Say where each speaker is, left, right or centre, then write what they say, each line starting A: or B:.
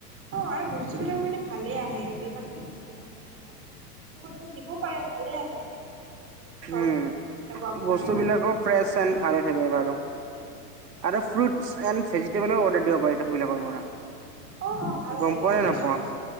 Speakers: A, on the right (about 25°); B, on the right (about 80°).
A: অ' আৰু বস্তু বিলাকো কিন্ত ভালে আহে। ইমান বেয়াও নাহে ন, মৰমতেটো দিব পাৰে ভালে আহে ভালে হয়। ঘৰত
B: উম
A: দি যাব আপোনাৰ
B: বস্তু
A: ইমান
B: বিলাকো ফ্ৰেছ এন্ড ভালে থাকে বাৰু,
A: ভালে থাকে
B: আৰু ফ্ৰুইটছ এন্ড ভেজিেবলো অৰ্ডাৰ <unintelligible> বিলাকৰ পৰা।
A: অ' অ' ভাল আহে
B: গম
A: কিন্তু
B: পোৱা নে
A: ফ্ৰেছ
B: নাপোৱা?
A: ফ্ৰেছ।